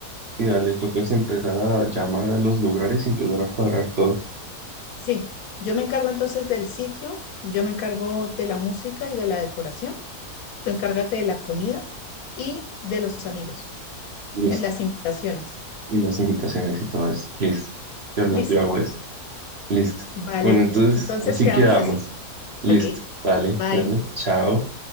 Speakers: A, on the right; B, on the left.
A: Sí, dale, tú que es empezar a llamar a los lugares y empezar a cuadrar todo.
B: Sí, yo me encargo entonces del sitio, yo me encargo de la música y de la decoración, tú encárgate de la comida y de los amigos,
A: Listo.
B: en las invitaciones.
A: Y las invitaciones y todo eso. Listo. Yo, lo-
B: Listo,
A: yo hago eso. Listo.
B: vale,
A: Bueno, entonces
B: entonces
A: así
B: quedamos
A: quedamos.
B: así.
A: Listo.
B: Ok,
A: Vale.
B: bye.
A: Bueno, chao.